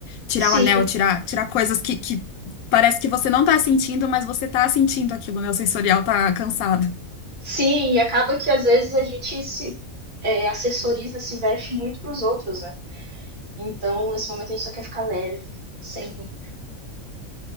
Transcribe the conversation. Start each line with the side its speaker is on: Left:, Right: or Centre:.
Left: Tirar
Right: Sim,
Left: o anel, tirar, tirar coisas que, que parece que você não tá sentindo, mas você tá sentindo aquilo, né? O sensorial tá cansado.
Right: sim, e acaba que às vezes a gente se é, assessoriza, se veste muito pros outros, né? Então, nesse momento a gente só quer ficar leve, sem,